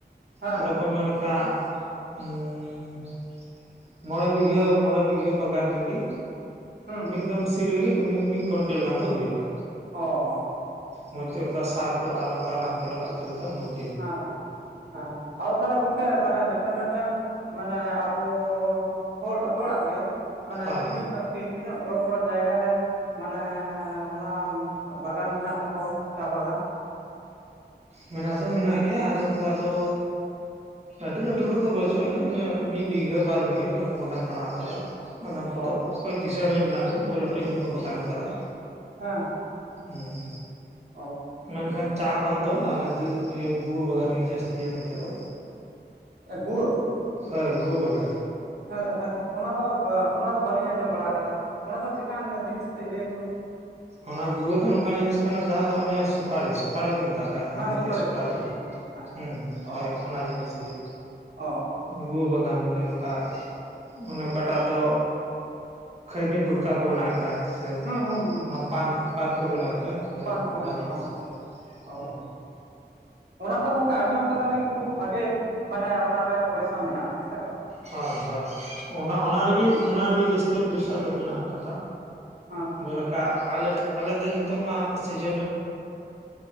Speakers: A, on the right; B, on the right.
A: ᱦᱮᱸ
B: ᱚᱸᱰᱮ ᱠᱚ ᱢᱮᱱᱮᱞ <unintelligible> ᱠᱟᱜ ᱩᱸᱻ ᱢᱚᱬᱮ ᱵᱤᱜᱷᱟᱹ ᱢᱚᱬᱮ ᱵᱤᱜᱷᱟᱹ ᱵᱟᱜᱟᱱ ᱨᱮᱜᱤ᱾
A: ᱦᱩᱸ
B: ᱢᱤᱫ ᱫᱚᱢ ᱥᱤ ᱨᱮᱜᱮ ᱢᱤᱼᱢᱤᱫ ᱠᱱᱴᱮᱞ ᱜᱟᱱ ᱫᱚ ᱦᱩᱭᱩᱜᱼᱟ।
A: ᱚ ᱚ᱾
B: ᱢᱚᱡᱽᱛᱮ ᱚᱱᱠᱟ ᱥᱟᱨ ᱠᱚ ᱟᱨ ᱚᱱᱠᱟ ᱨᱟᱱ ᱠᱚ ᱞᱟᱜᱟᱣ ᱤᱫᱤ ᱞᱮᱠᱟᱱᱡ ᱢᱚᱡᱽ ᱼᱼ
A: ᱦᱮᱸᱮᱸ ᱦᱮᱸ ᱟᱫᱚ ᱛᱟᱦᱚᱞᱮ ᱜᱚᱝᱠᱮ ᱢᱟᱱᱮ ᱢᱤᱫᱴᱮᱱ ᱢᱤᱫᱴᱮᱱ ᱼᱼ ᱢᱟᱱᱮ ᱟᱵᱚᱻ ᱦᱚᱲ ᱦᱚᱲᱟᱜ ᱜᱮ ᱢᱟᱱᱮ
B: ᱦᱳᱭ
A: ᱛᱤᱱᱟᱹᱜ ᱛᱤ-ᱛᱤᱱᱟᱹᱜ ᱵᱚᱲᱚ ᱵᱚᱲᱚ ᱡᱟᱭᱜᱟ ᱨᱮ ᱢᱟᱱᱮᱻ ᱱᱚᱣᱟ ᱵᱟᱜᱟᱱ ᱢᱮᱱᱟᱜ ᱛᱟᱠᱚᱣᱟ ᱪᱟ ᱵᱟᱜᱟᱱ᱾
B: ᱢᱮᱱᱟᱜ ᱫᱚ ᱢᱮᱱᱟᱜ ᱜᱮᱭᱟ ᱟᱫᱚᱢ ᱠᱚᱣᱟᱜ ᱫᱚᱻ ᱟᱹᱰᱤ ᱞᱟᱹᱴᱩ ᱞᱟᱹᱴᱩ ᱫᱚ ᱵᱟᱹᱪᱩᱜ ᱟᱹᱱᱤᱡ ᱤᱱᱟᱹ ᱢᱤᱫ ᱵᱤᱜᱷᱟᱹ ᱵᱟᱨ ᱵᱤᱜᱷᱟᱹ ᱚᱱᱠᱟ ᱠᱚ ᱵᱟᱜᱟᱱ ᱵᱟᱲᱟ ᱟᱠᱟᱫᱟ। ᱟᱫᱚ ᱠᱚᱫᱚ
A: ᱚ
B: ᱚᱠᱚᱭ ᱠᱤᱸᱟᱹᱬ ᱧᱚᱜ ᱢᱮᱱᱟᱜ ᱠᱚᱫᱟ ᱩᱱᱠᱩ ᱞᱟᱹᱴᱷᱩ ᱧᱚᱜ ᱠᱚ ᱵᱟᱜᱟᱱ ᱟᱠᱟᱫᱟ।
A: ᱦᱮᱸ᱾
B: ᱦᱩᱸᱻ
A: ᱚ
B: ᱢᱮᱱᱠᱷᱟᱱ ᱪᱟ ᱠᱷᱚᱱ ᱫᱚ ᱟᱞᱮ ᱜᱩᱣᱟᱹ ᱵᱟᱜᱟᱱ ᱜᱮ ᱡᱟᱹᱥᱛᱤᱭᱟ ᱱᱚᱛᱮ ᱫᱚ।
A: ᱮ ᱜᱩᱣᱟᱹ?
B: ᱦᱳᱭ ᱜᱩᱣᱟᱹ ᱵᱟᱜᱟᱱ
A: ᱦᱮᱸ ᱦᱮᱸ ᱜᱚᱝᱠᱮ ᱚᱱᱟ ᱫᱚ ᱵᱟ ᱚᱱᱟ ᱫᱚ ᱵᱟᱟᱹᱞᱤᱧ ᱟᱸᱡᱚᱢ ᱵᱟᱲᱟ ᱟᱠᱟᱫᱟ, ᱚᱱᱟ ᱫᱚ ᱪᱮᱫᱠᱟᱱ ᱡᱤᱱᱤᱥ ᱠᱟᱹᱴᱤᱡ ᱞᱟᱹᱭᱵᱤᱱ ᱢᱮ᱾
B: ᱚᱱᱟ ᱜᱩᱣᱟᱹ ᱫᱚ ᱱᱚᱝᱠᱟᱱ ᱡᱤᱱᱤᱥ ᱠᱟᱱᱟ ᱡᱟᱦᱟᱸ ᱫᱚ ᱚᱱᱮ ᱥᱩᱯ ᱼᱼ ᱥᱩᱯᱟᱨᱤ ᱥᱩᱯᱟᱨᱤ ᱠᱚ ᱢᱮᱛᱟᱜ ᱠᱟᱱ ᱦᱤᱱᱫᱤ
A: ᱦᱮᱸ ᱥᱩᱯᱟᱹᱨᱤ
B: ᱛᱮ ᱥᱩᱯᱟᱨᱤ᱾
A: ᱥᱩᱯᱟᱹᱨᱤ ᱦᱮᱸ ᱦᱮᱸ
B: ᱦᱩᱸ ᱦᱩᱸ ᱦᱳᱭ
A: ᱚ
B: ᱚᱱᱟ ᱡᱤᱱᱤᱥ ᱜᱮ,
A: ᱚ
B: ᱜᱩᱣᱟᱹ ᱵᱟᱜᱟᱱ ᱡᱮᱞᱮᱠᱟ ᱚᱱᱮ ᱚᱠᱟᱴᱟᱜ ᱫᱚ ᱠᱷᱟᱭᱱᱤ ᱜᱩᱚᱴᱠᱟ ᱠᱚ ᱵᱮᱱᱟᱣᱮᱫ ᱠᱟᱱ ᱥᱮ᱾
A: ᱦᱩ ᱦᱩᱸ᱾
B: ᱚᱱᱟ ᱯᱟᱱ ᱠᱚ ᱯᱟᱱ ᱠᱚ ᱵᱮᱱᱟᱣᱮᱫ ᱠᱟᱱ ᱦᱳᱭ
A: ᱯᱟᱱ ᱠᱚ
B: ᱚᱱᱟ
A: ᱦᱮᱸ
B: ᱡᱤᱱᱤᱥ
A: ᱯᱟᱱ ᱠᱚ
B: ᱜᱮ,
A: ᱚ
B: ᱦᱩᱸ
A: ᱚᱱᱟ ᱫᱚ ᱜᱚᱝᱠᱮ ᱟᱸᱡᱚᱢ ᱠᱟᱫᱟᱞᱤᱧ ᱠᱷᱩᱵ ᱵᱷᱟᱜᱮ᱾ ᱢᱟᱱᱮ ᱚᱱᱟᱨᱮ ᱯᱚᱭᱥᱟ ᱢᱮᱱᱟᱜᱼᱟ ᱦᱮᱸᱥᱮ ᱵᱟᱝ?
B: ᱦᱳᱭ ᱦᱳᱭ ᱚᱱᱟ, ᱚᱱᱟ ᱨᱮᱜᱮ ᱚᱱᱟ ᱨᱮᱜᱮ ᱡᱟᱹᱥᱛᱤ ᱯᱚᱭᱥᱟ ᱫᱚ ᱢᱮᱱᱟᱜ ᱠᱟᱫᱟ।
A: ᱦᱚᱸ᱾
B: ᱡᱮᱞᱮᱠᱟᱜ ᱟᱞᱮ, ᱟᱞᱮ ᱱᱤᱛᱳᱜ ᱢᱟ ᱥᱤᱡᱤᱱ ᱼᱼ